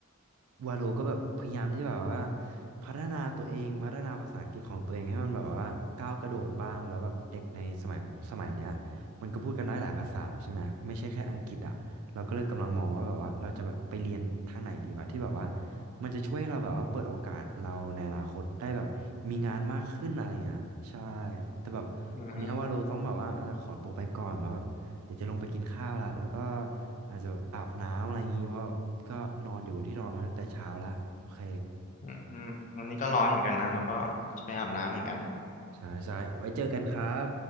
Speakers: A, on the right (about 75°); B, on the left (about 35°).
A: วาโลก็แบบพยายามที่จะแบบว่าพัฒนาตัวเองพัฒนาภาษาอังกฤษของตัวเองให้มันแบบว่าก้าวกระโดดบ้างแล้วแบบเด็กในสมัยสมัยเนี้ยมันก็พูดกันได้หลายภาษาแล้วใช่ไหมไม่ใช่แค่อังกฤษอ่ะเราก็เลยกำลังมองว่าแบบว่าเราจะแบบไปเรียนทางไหนดีวะที่แบบว่ามันจะช่วยให้เราแบบว่าเปิดโอกาสเราในอนาคตได้แบบมีงานมากขึ้นอะไรอ่ะใช่แต่แบบวันเนี้ยวาโลต้องแบบว่าอาจจะขอตัวไปก่อนว่าแบบ
B: อืม
A: เดี๋ยวจะลงไปกินข้าวละแล้วก็อาจจะอาบน้ำอะไรอย่างนี้ เพราะก็นอนอยู่บนที่นอนมาตั้งแต่เช้าละโอเค
B: อืมอืมวันนี้ก็ร้อนเหมือนกันนะเราก็จะไปอาบน้ำเหมือนกัน
A: ใช่ใช่ไว้เจอกันครับ